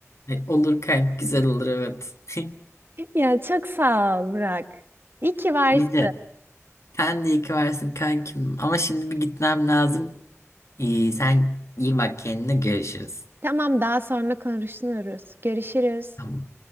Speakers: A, on the left; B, on the right.
A: E, olur kanka güzel olur evet. <laughs>
B: Ya çok sağ ol Burak. İyi ki varsın.
A: İyi de sen de iyi ki varsın kankim. Ama şimdi bir gitmem lazım. İyi, sen iyi bak kendine görüşürüz.
B: Tamam daha sonra konuşuruz. Görüşürüz.
A: Tamam